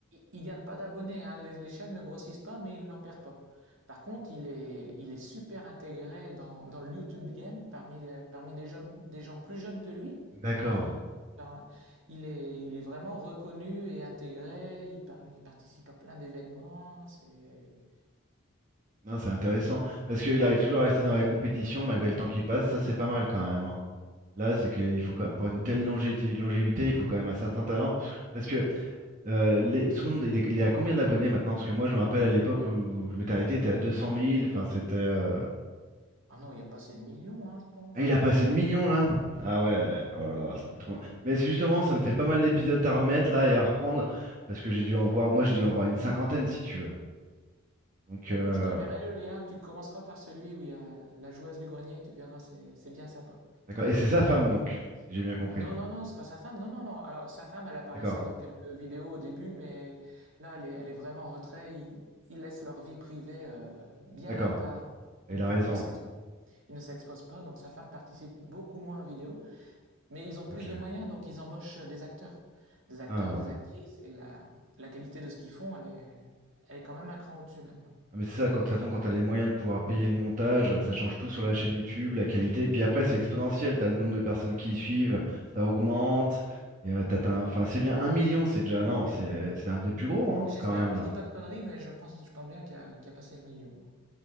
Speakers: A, on the right; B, on the right.
A: il- gagne pas d'abonnés, hein. Les, les chaînes ne grossissent pas, mais il n'en perd pas. Par contre, il est, il est super intégré dans, dans le YouTube game parmi les, parmi des jeunes, des gens plus jeunes que lui.
B: D'accord.
A: qui- par- il est, il est vraiment reconnu et intégré. Il, par- il participe à plein d'événements. C'est
B: Non, c'est intéressant. Parce
A: pas
B: qu'il
A: mal.
B: arrive toujours à rester dans la compétition malgré le temps qui passe. Ça, c'est pas mal quand même. hein. Là, c'est qu'il faut quand- pour une telle longévité, longévité, il faut quand même un certain talent. Parce que euh, les- son nombre, d- il est, il est à combien d'abonnés maintenant? Parce que moi, je me rappelle à l'époque où je m'étais arrêté, il était à 200 000. Enfin, c'était euh,
A: Ah non, il a passé le million, hein, je pense.
B: Ah, il a passé le million là? Ah ouais, oh là là, ça
A: Ouais.
B: fait trop. Mais c'est justement, ça me fait pas mal d'épisodes à remettre là et à reprendre parce que j'ai dû en voir, moi
A: Ouais.
B: j'ai dû en voir une cinquantaine si tu veux. Donc,
A: Bah
B: euh,
A: écoute, je t'enverrai le lien. Tu commenceras par celui où il y a la joueuse du grenier. Tu verras, c'est, c'est bien sympa.
B: d'accord. Et c'est sa femme donc, si j'ai bien compris.
A: Non, non, non, c'est pas sa femme. Non, non, non. Alors, sa femme, elle apparaissait
B: D'accord,
A: dans quelques vidéos au début, mais là, elle est, elle est vraiment en retrait. Ils, ils laissent leur vie privée euh, bien
B: d'accord.
A: à part.
B: Ah,
A: Ils
B: Il
A: n-
B: a raison.
A: ne s'exposent, ils ne s'exposent pas, donc sa femme participe beaucoup moins aux vidéos. Mais ils ont plus
B: Ok.
A: de moyens, donc ils embauchent des acteurs. Des acteurs,
B: Ah,
A: des actrices, et la, la qualité de ce qu'ils font, elle est, elle est quand même un cran au-dessus maintenant.
B: Ah, mais c'est ça, quand, de toute façon, quand t'as les moyens de pouvoir payer le montage, ça change tout sur la chaîne YouTube, la qualité. Puis après, c'est exponentiel. T'as le nombre de personnes qui y suivent, ça augmente. Et euh, t'as, t'as un- enfin, c'est bien un million, c'est déjà, non, c'est c'est un des plus gros hein,
A: J'espère
B: quand même
A: que
B: là.
A: je dis pas de conneries, mais je pense, je pense bien qu'il y a, qu'il y a passé le million.